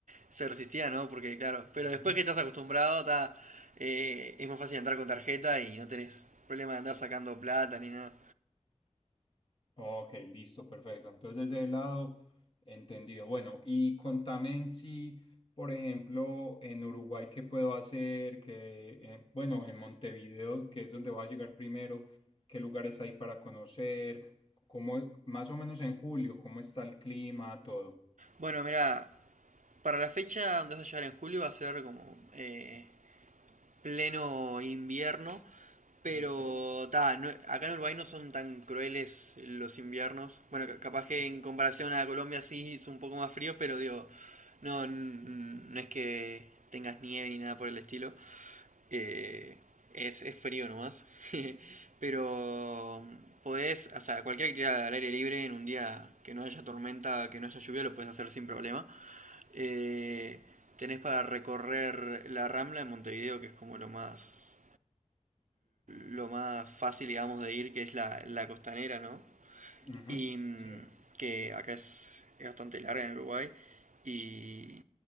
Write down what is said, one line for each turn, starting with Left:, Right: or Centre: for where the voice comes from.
Right: se resistía, ¿no? Porque, claro, pero
Left: Ujú.
Right: después que estás acostumbrado, ta, eh, es más fácil entrar con tarjeta y no tenés problema de andar sacando plata ni nada.
Left: Ok, listo, perfecto. Entonces, de ese lado, entendido. Bueno, y contame en sí, por ejemplo, en Uruguay, ¿qué puedo hacer? Que, eh, bueno, en Montevideo, que es donde voy a llegar primero, ¿qué lugares hay para conocer? ¿Cómo, más o menos en julio, cómo está el clima, todo?
Right: Bueno, mira, para la fecha donde vas a llegar en julio va a ser como eh, pleno invierno Pero,
Left: Ok.
Right: ta, no- acá en Uruguay no son tan crueles los inviernos. Bueno, ca- capaz
Left: ujú,
Right: que en comparación a Colombia sí es un poco más frío, pero digo, no, n- no es que tengas nieve ni nada por el estilo. Eh, es, es frío nomás. <laughs> Pero podés, o sea, cualquier actividad al aire libre en un día que no haya tormenta, que no haya lluvia, lo puedes hacer sin problema. Eh, tenés para recorrer la Rambla en Montevideo, que es como lo más lo más fácil, digamos, de ir, que es la, la costanera, ¿no?
Left: ujú,
Right: Y mm,
Left: Sí.
Right: que acá es, es bastante larga en Uruguay. Y,